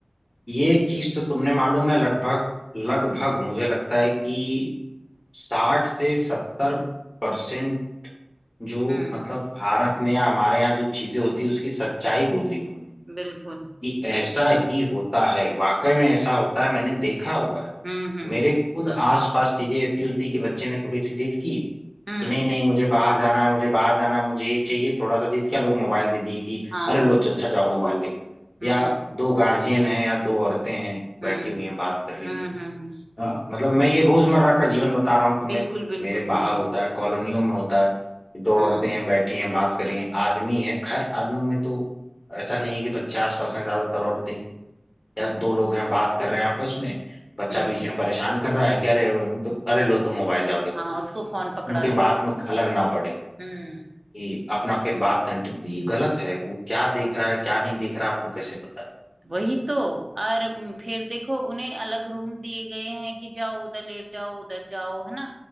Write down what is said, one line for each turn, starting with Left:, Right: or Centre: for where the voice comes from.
Left: ये चीज तो तुमने मालूम है लगभग लगभग मुझे लगता है कि साठ से सत्तर परसेंट जो
Right: हम्म
Left: मतलब भारत में या हमारे यहाँ जो चीजें होती है उसकी सच्चाई बोल दी तुमने
Right: बिल्कुल
Left: कि ऐसा ही होता है वाकई में ऐसा होता है मैंने देखा हुआ है
Right: हम्म हम्म
Left: मेरे खुद आसपास चीजें ऐसी होती कि बच्चे ने थोड़ी सी जिद की
Right: हम्म
Left: कि नहीं नहीं मुझे बाहर जाना है मुझे बाहर जाना है मुझे ये चाहिए थोड़ा सा जिद किया लोग मोबाइल दे दिए कि
Right: हाँ
Left: अरे लो अच्छा जाओ मोबाइल देखो
Right: हम्म
Left: या दो गार्जियन हैं या दो औरतें हैं बैठी
Right: हम्म
Left: हुई हैं बात कर रही
Right: हुँ,
Left: हैं
Right: हुँ, हुँ।
Left: अ, मतलब मैं ये रोजमर्रा का जीवन बता रहा हूँ तुम्हें
Right: बिल्कुल, बिल्कुल,
Left: मेरे बाहर
Right: हाँ,
Left: होता है कॉलोनियों में होता है दो
Right: हाँ,
Left: औरतें हैं बैठी हैं बात कर रही हैं आदमी है खैर आदमियों में तो ऐसा नहीं है कि बच्चे आसपास हैं ज्यादातर औरतें ही या
Right: हुँ,
Left: दो लोग हैं बात कर रहे हैं आपस में बच्चा
Right: हुँ,
Left: बीच में परेशान कर रहा है कि अरे तो अरे लो तुम मोबाइल जाओ देखो
Right: हाँ, उसको फोन पकड़ा
Left: उनके
Right: देते
Left: बात
Right: हैं।
Left: में खलन ना पड़े
Right: हम्म
Left: कि अपना फिर बात कंटिन्यू तो ये गलत है वो क्या देख रहा है क्या नहीं देख रहा आपको कैसे पता है
Right: वही तो और फिर देखो उन्हें अलग रूम दिए गए हैं कि जाओ उधर लेट जाओ उधर जाओ है ना